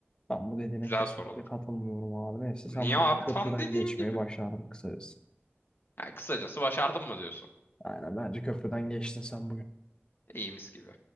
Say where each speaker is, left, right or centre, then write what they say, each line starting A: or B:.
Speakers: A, on the left; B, on the left.
A: Ben bu dediğine
B: Güzel
A: kesinlikle
B: sorulur.
A: katılmıyorum abi. Neyse
B: Niye
A: sen bugün
B: abi?
A: köprüden
B: Tam dediğim
A: geçmeyi
B: gibi.
A: başardın kısacası.
B: Yani kısacası başardım mı diyorsun?
A: Aynen bence köprüden geçtin sen bugün.
B: İyi mis gibi.